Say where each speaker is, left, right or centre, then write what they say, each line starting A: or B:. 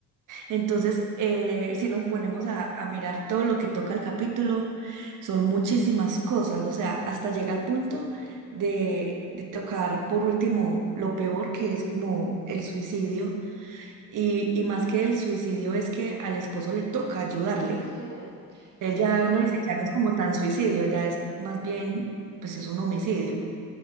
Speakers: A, on the right; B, on the right.
A: Entonces, eh, si nos ponemos a, a mirar todo lo que toca el capítulo, son muchísimas cosas, o sea, hasta llega al punto de, de tocar por último lo peor, que es como el suicidio Y, y más que el suicidio es que al esposo le toca ayudarle.
B: Ujú. Sí,
A: Eh, Ya
B: horrible.
A: uno dice, ya no es como tan suicidio, ya es más bien, pues es un homicidio.